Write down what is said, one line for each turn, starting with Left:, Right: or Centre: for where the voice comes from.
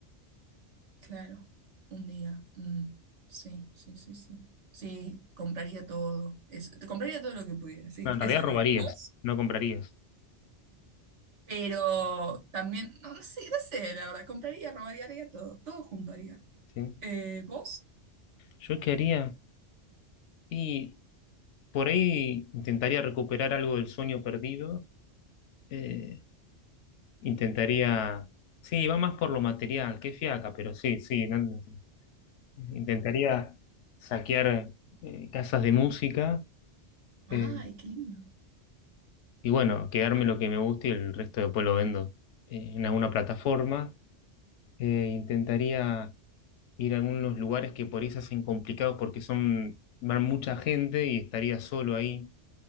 Right: Claro, un día. Mm, sí, sí, sí, sí. Sí, compraría todo. Eso. Te compraría todo lo que pudiera, sí,
Left: No, en realidad
Right: eso haría.
Left: robarías,
Right: ¿Vos?
Left: no comprarías.
Right: Pero también, no, no sé, no sé, la verdad, compraría, robaría, haría todo. Todo junto haría.
Left: ¿sí?
Right: Eh, ¿vos?
Left: ¿Yo qué haría? Y por ahí intentaría recuperar algo del sueño perdido. eh, intentaría... Sí, va más por lo material, qué fiaca, pero sí, sí. no- no- sí. intentaría saquear eh, casas de música
Right: Ay,
Left: eh,
Right: qué lindo.
Left: y bueno, quedarme lo que me guste y el resto después lo vendo eh, en alguna plataforma. Eh, intentaría ir a algunos lugares que por ahí se hacen complicados porque son, van mucha gente y estaría solo ahí.